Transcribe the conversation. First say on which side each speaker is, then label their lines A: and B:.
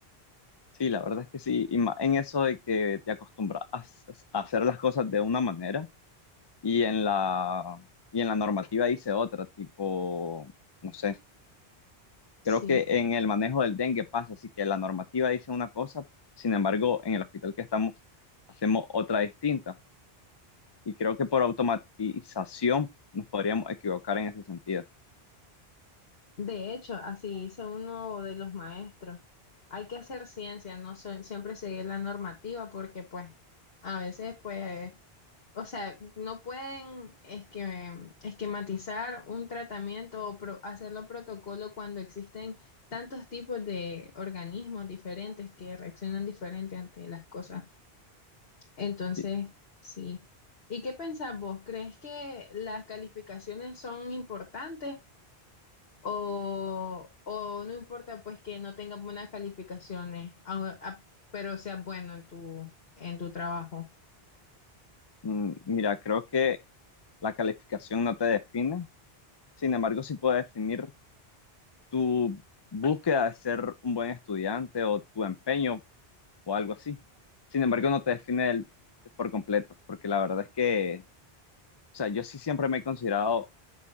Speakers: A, on the left (about 40°); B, on the left (about 70°).
A: Sí, la verdad es que sí, y más en eso de que te acostumbras a s- a hacer las cosas de una manera y en la, y en la normativa dice otra, tipo, no sé, creo
B: Sí.
A: que en el manejo del dengue pasa, así que la normativa dice una cosa, sin embargo, en el hospital que estamos hacemos otra distinta y creo que por automatización nos podríamos equivocar en ese sentido.
B: De hecho, así dice uno de los maestros, hay que hacer ciencia, no so- siempre seguir la normativa porque pues a veces pues, o sea, no pueden esque- esquematizar un tratamiento o pro- hacerlo protocolo cuando existen tantos tipos de organismos diferentes que reaccionan diferente ante las cosas. Entonces,
A: Sí,
B: sí. ¿Y qué pensás vos? ¿Crees que las calificaciones son importantes? O, o no importa pues que no tengas buenas calificaciones, au- a- pero seas bueno en tu, en tu trabajo.
A: mm, Mira, creo que la calificación no te define, sin embargo, sí puede definir tu búsqueda de ser un buen estudiante o tu empeño o algo así. Sin embargo, no te define el- por completo, porque la verdad es que, o sea, yo sí siempre me he considerado